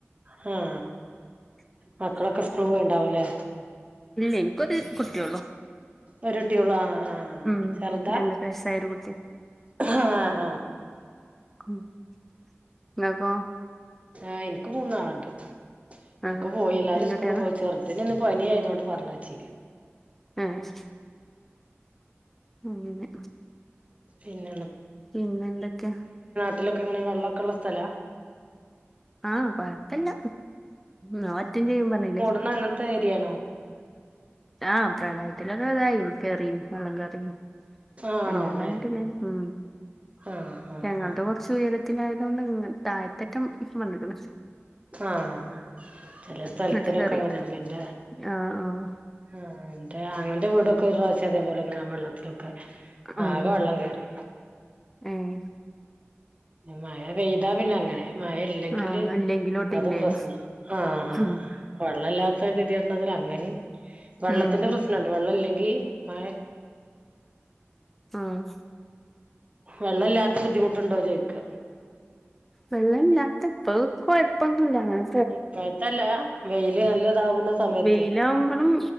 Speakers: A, on the right; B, in the centre.
A: ഹാആ മക്കളൊക്കെ സ്ക്ക്രൂ ണ്ടാവൂലേ
B: ഇല്ലേ എനിക്കൊരു കുട്ടിയെള്ളൂ
A: ഒരുട്ടിയോള്ളു ആ ആഹ്
B: ഉം
A: ചെറുത
B: രണ്ടര വയസ്സായൊരു കുട്ടി
A: ആഹ് ആ
B: <unintelligible>
A: ആ എനിക്ക് മൂന്നാളുണ്ട്
B: ആഹ്
A: ഒക്കെ പോയി എല്ലാരും
B: വല്യ
A: സ്കൂള്
B: കുട്ട്യാളാ
A: പോയിച്ച അതിനിന്ന് പനി ആയതുകൊണ്ട് പറഞ്ഞാച്ചി
B: ആ ശ് അങ്ങിനെ
A: പിന്നെ
B: പിന്നെ എന്തൊക്കെയാ
A: ട്ടിലൊക്കെങ്ങനെ വെള്ളൊക്കെള്ള സ്ഥലാ
B: ആ കൊഴപ്പില്ല ഞ ഒറ്റും ചെയ്യും പറഞ്ഞില്ലേ
A: ങ്ങ്ളങ്ങനത്തെ ഏരിയാണോ
B: ആ പ്രളയത്തിലല്ല ഇതായി കേറീ വെള്ളം കേറി
A: ആണോ
B: അല്ലാണ്ട് അങ്ങിട്ടില്ലേ
A: ഏഹ്
B: മ്
A: ആഹ് ആഹ്
B: ഞങ്ങളുടെ
A: ആഹ്
B: പെറ് ച്ചുയരത്തിലായതുകൊണ്ട് ഇങ്ങൻ തായത്തറ്റം വന്നക്കണ്
A: ആഹ് ചില സ്ഥലത്തിലൊക്കെ
B: ഇങ്ങട്ട് കേറില്ല
A: അങ്ങനെയല്ലെ
B: ആഹ് ആഹ്
A: ൻ്റെ ആ എന്റെ അങ്ങന്റെ വീടൊക്കെ ഒരു പ്രാവശ്യക്കെ അതേപോലെ അങ്ങനെ വെള്ളത്തിലൊക്കെ.
B: ആഹ്
A: ആകെ വെള്ളം കയറി
B: ഏഹ്
A: മഴ പെയ്താ പിന്നെ അങ്ങനെ. മഴ ഇല്ലെങ്കില്
B: ആഹ് ഇല്ലെങ്കിലോട്ട്
A: അതും
B: ഇല്ലേനു
A: പ്രശ്നം ആഹ ആ.
B: ഉം
A: വെള്ളമല്ലാത്ത ഗതിയണംതി അങ്ങനെയും, വെള്ളത്തിന്റെ
B: ഉം
A: പ്രശ്നംണ്ട്. വെള്ളം ഇല്ലെങ്കി മഴ
B: ആഹ
A: വെള്ളല്ലാത്ത ബുദ്ധിമുട്ടുണ്ടോ ചോദിക്ക.
B: വെള്ളം ഇല്ലാത്ത പ്പോ കൊഴപ്പൊന്നുംല്ലാങ്ങനെ.
A: ഇപ്പഴത്തല്ല വെയില് നല്ല ഇതാകുന്ന സമയത്ത്
B: വെയിലാവുമ്പോഴും,